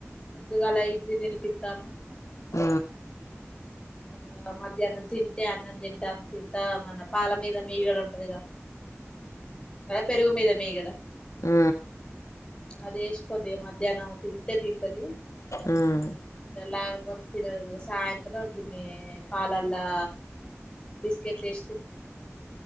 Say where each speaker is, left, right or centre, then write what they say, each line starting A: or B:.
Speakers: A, on the left (about 20°); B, on the left (about 85°).
A: పొద్దుగాల ఇడ్లీ తినిపిత్తాను.
B: ఊ
A: దా మధ్యానం తింటే అన్నం తింటాంది. ఇంత మన పాల మీద మీగడ ఉంటదిగా ఆ పెరుగు మీద మీగడ.
B: ఆ.
A: అది వేసి కొద్దిరగ మధ్యాహ్నం తింటే తింటది.
B: ఉమ్
A: ఇక లేకపోతే తినదు. సాయంత్రం గిన్ని పాలలా బిస్కెట్లు వేసి తినిపితా